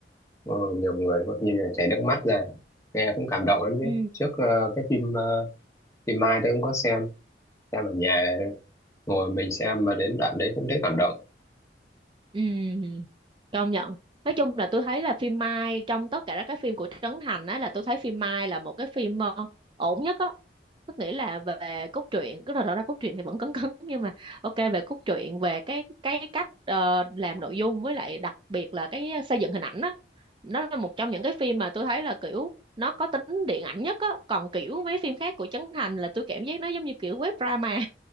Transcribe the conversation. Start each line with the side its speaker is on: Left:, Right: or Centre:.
Left: ờ, nhiều người có khi là chảy nước mắt ra. Nghe cũng cảm động lắm chứ.
Right: Ừ.
Left: Trước ờ, cái phim ờ, phim Mai tôi cũng có xem, xem ở nhà thôi. Ngồi mình xem mà đến đoạn đấy cũng thấy cảm động.
Right: Ừ, công nhận. Nói chung là tôi thấy là phim Mai trong tất cả các phim của Trấn Thành á là tôi thấy phim Mai là một cái phim ờ, ổn nhất á. Tức nghĩa là về cốt truyện, cứ là đó là cốt truyện thì vẫn cấn cấn <laughs> nhưng mà ok về cốt truyện về cái cái cách ờ, làm nội dung với lại đặc biệt là cái xây dựng hình ảnh á. Nó là một trong những cái phim mà tôi thấy là kiểu nó có tính điện ảnh nhất á, còn kiểu mấy phim khác của Trấn Thành là tôi cảm giác nó giống như kiểu web drama